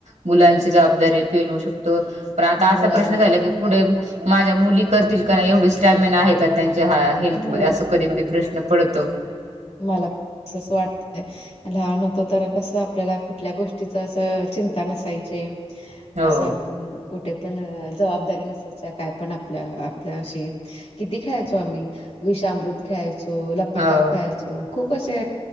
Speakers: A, on the right; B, on the left.
A: मुलांची जबाबदारी
B: हो
A: पेलू शकतो, पण आता
B: हो
A: असा प्रश्न
B: आम
A: झाला की पुढे माझ्या मुली करतील का नाही एवढी स्टॅमिना आहे का त्यांची ज्या ह्या हेल्थमध्ये
B: हो
A: असं कधी कधी प्रश्न पडतो.
B: मलाच तस वाटतय. लहान होत तर कसं आपल्याला कुठल्या गोष्टीच असं चिंता नसायची.
A: हो
B: असं आपण कुठे पण जबाबदारी नसा काय पण आपल्या, आपल्या अशी किती खेळायचो आम्ही विषमृत -- खेळायचो. लपंडाव
A: हो
B: खेळायचो. खूप असे